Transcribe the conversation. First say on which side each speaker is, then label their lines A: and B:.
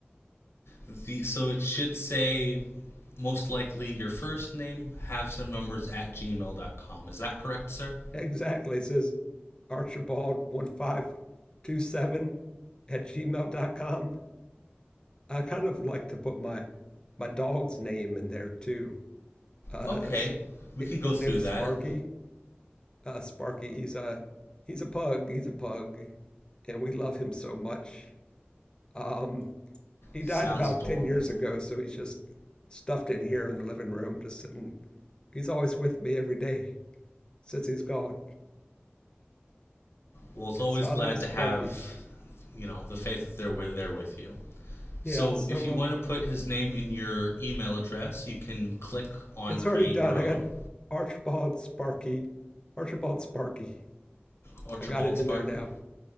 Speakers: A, on the left; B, on the left.
A: The, so it should say most likely your first name, have some numbers at gmail dot com. Is that correct, sir?
B: Exactly. It says Archibald1527 at gmail dot com. I kind of like to put my my dog's name in there too. Uh,
A: Okay, we
B: his
A: can go through
B: name is
A: that.
B: Sparky. Uh, Sparky, he's a he's a pug. He's a pug, and we love him so much. Um, he
A: Sounds
B: died about
A: adorable.
B: ten years ago, so he's just stuffed in here in the living room, just sitting. He's always with me every day since he's gone.
A: Well, it's
B: It's
A: always
B: I
A: glad
B: love Sparky.
A: to have, you know, the faith that they're with, there with you.
B: Yeah,
A: So
B: so
A: if you
B: um
A: want to put his name in your email address, you can click on
B: it's
A: create
B: already done.
A: your own.
B: I got Archibald Sparky. Archibald Sparky.
A: Archibald
B: I got it
A: Sparky?
B: in there now.